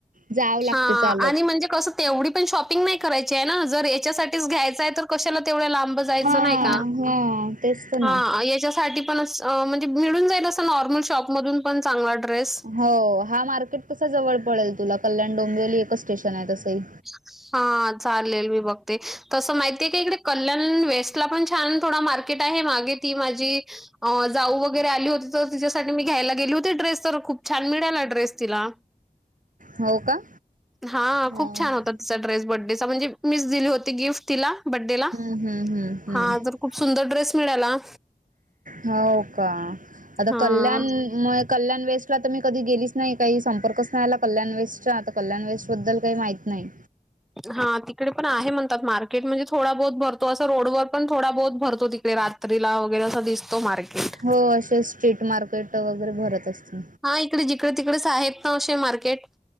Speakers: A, on the right (about 60°); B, in the centre.
A: जावं लागते
B: हा
A: चालत
B: आणि म्हणजे कस तेवढी पण शॉपिंग नाही करायची आहे ना जर याच्यासाठीच घ्यायचंय तर कशाला तेवढ्या लांब जायचं
A: हा
B: नाही का
A: हा तेच तर
B: हा
A: ना
B: याच्यासाठी पण असं म्हणजे मिळून जाईल अस नॉर्मल शॉपमधून पण चांगला ड्रेस.
A: हो हा मार्केट कसा जवळ पडेल तुला कल्याण डोंबिवली एकच स्टेशन आहे तसंही.
B: ह. हा चालेल मी बघते तसं माहितीये का इकडे कल्याण वेस्ट ला पण छान थोडा मार्केट आहे हे मागे ती माझी हो जाऊ वगैरे आली होती तर तिच्यासाठी मी घ्यायला गेली होती ड्रेस तर खूप छान मिळाला ड्रेस तिला
A: हो का
B: हा
A: हो
B: खूप
A: हम्म
B: तस ड्रेस बर्थडेचा म्हणजे मी तिला दिली होता गिफ्ट बर्थडेला
A: हम्म हम्म हम्म
B: तिला खूप सुंदर ड्रेस मिळाला
A: होव का आता
B: हां,
A: कल्याण म कल्याण वेस्ट ला तर मी कधी गेलीच नाही काही संपर्कच नाही आला कल्याण वेस्ट आता कल्याण वेस्ट बद्दल काही माहित नाही
B: हा तिकडे पण आहे म्हणतात मार्केट म्हणजे थोडा बहुत भरतो असं रोडवर पण थोडा बहुत भरतो तिकडे रात्री रात्रीला वगैरे असा दिसतो मार्केट
A: हो असे स्ट्रीट मार्केट वगैरे भरत असते
B: हा इकडे जिकडे-तिकडे असे आहेत ना असे मार्केट